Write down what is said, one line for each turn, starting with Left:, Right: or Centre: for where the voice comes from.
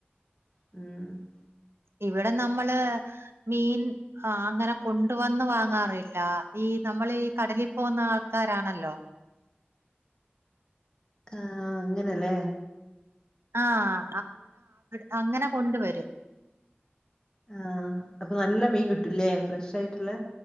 Left: ഉം
Right: ഇവിടെ നമ്മള് മീൻ ആഹ് അങ്ങനെ കൊണ്ട് വന്ന് വാങ്ങാറില്ല ഈ നമ്മഈ കടലിൽ പോകുന്ന ആൾക്കാരാണല്ലോ
Left: ഉം അങ്ങനെല്ലേ
Right: ആഹ് അങ്ങനെ അ കൊണ്ട് വരും
Left: ആഹ് അപ്പ നല്ല മീൻ കിട്ടൂല്ലേ ഫ്രഷ് ആയിട്ടുള്ളെ